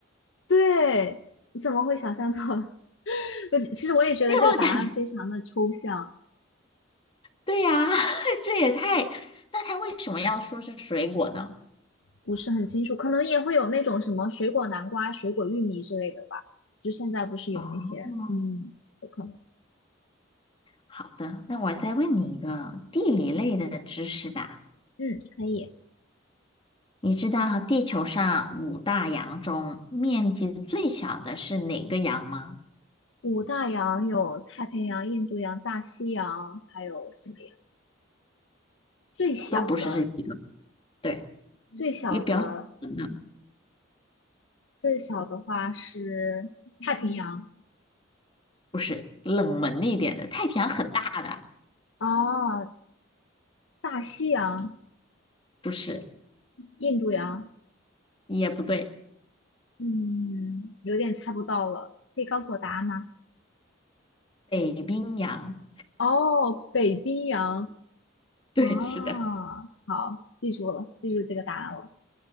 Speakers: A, on the left; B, on the left.
A: 对，你怎么会想象到？<laughs> 我其实我也觉得这个答案非常的抽象。
B: 让我感觉，对呀、<laughs> 这也太……那它为什么要说是水果呢？
A: 不是很清楚，可能也会有那种什么水果南瓜、水果玉米之类的吧。就现在不是有那些，
B: 哦，
A: 嗯，有可能，
B: 好的，那我再问你一个地理类的知识吧。
A: 嗯，可以。
B: 你知道地球上五大洋中面积最小的是哪个洋吗？
A: 五大洋有太平洋、印度洋、大西洋，还有什么呀？最小的，
B: 都不是这几个。对，
A: 最小的，
B: 一个比较冷门的，
A: 最小的话是太平洋，
B: 不是冷门一点的，太平洋很大的，
A: 哦，大西洋、
B: 不是，
A: 印度洋，
B: 也不对，
A: 嗯，有点猜不到了，可以告诉我答案吗？
B: 北冰洋，
A: 哦，北冰洋。
B: 对，
A: 哦，
B: 是的，
A: 好，记住了，记住这个答案了。